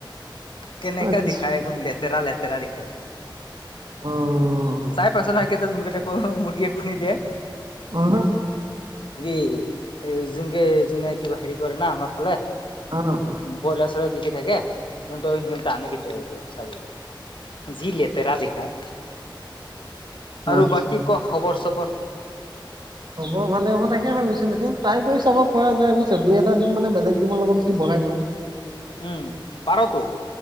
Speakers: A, on the left; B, on the right.
A: কেনেকা
B: আচ্ছা
A: দিখাই একদম লেতেৰা লেতেৰা দিখাই থাকে।
B: অ
A: চাই পাইছ নহ কেইতি <unintelligible> মুৰ্গীয়ে কণী দিয়ে।
B: উহু।
A: এ যোনকে যোনে কিবা হেৰি কৰে না আমাৰ ফালে।
B: অ অ
A: বইলাৰ চইলাৰ বিকি থাকে। সিহঁতৰ সিহঁতে আনে কেতিয়াবা কেতিয়াবা চাবি, যি লেতেৰা দেখাই। আৰু
B: আচ্ছা
A: বাকী ক' খবৰ-চবৰ?
B: হব ভালে হব তাকে ভাবিছোঁ তাকে, ট্ৰাই কৰি চাব পৰা যায় বুইছ, দুই এটা ডিম মানে বেলেগ ডিমৰ লগত যদি ভৰাই দিওঁ।
A: উম পাৰতো।